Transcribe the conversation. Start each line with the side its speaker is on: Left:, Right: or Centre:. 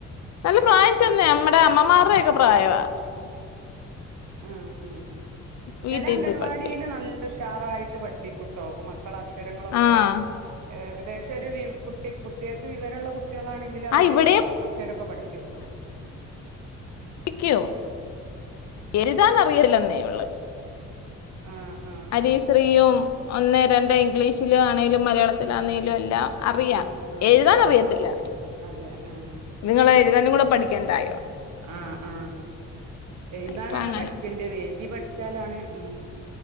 Left: നല്ല
Right: ഏ
Left: പ്രായം
Right: ഏ
Left: ചെന്നേയാ നമ്മടെ അമ്മമാരുടെയൊക്കെ പ്രായവാ.
Right: ആഹ് ആഹ്
Left: വീട്ടിരുത്തി
Right: ചില അംഗൻവാടിയില്
Left: പഠിപ്പിക്കും
Right: നല്ല ഉഷാറായിട്ട് പഠിപ്പിക്കുട്ടോ മ ക്കള അക്ഷരങ്ങളൊക്കെ
Left: ആഹ്
Right: ഏകദേശം ഒരു വി കുട്ടി കുട്ടികൾക്ക് വിവരമുള്ള കുട്ടികളാണെ ങ്കില്
Left: ആ
Right: അവര്
Left: ഇവിടെയും
Right: അക്ഷരൊക്കെ പഠിക്കും.
Left: ഠിക്കും എഴുതാനറിയല്ലെന്നേ ഉള്ള്.
Right: ആഹ് ആഹ്
Left: ഹരിശ്രീയും ഒന്ന് രണ്ട് ഇംഗ്ലീഷിലും ആണേലും മലയാളത്തിലാണേലും എല്ലാം അറിയാം
Right: ആഹ് ആഹ്
Left: എഴുതാൻ
Right: ആഹ്
Left: അറിയത്തില്ല
Right: അതെ ആഹ്
Left: ഇതിങ്ങള് എഴുതാനും കൂടെ പഠിക്കണ്ടായോ
Right: ആഹ് ആഹ് എഴുതാനാണ്
Left: ഇപ്പൊ അങ്ങനെ
Right: പഠിക്കേണ്ടത് എഴുതി പഠിച്ചാലാണ് ഉം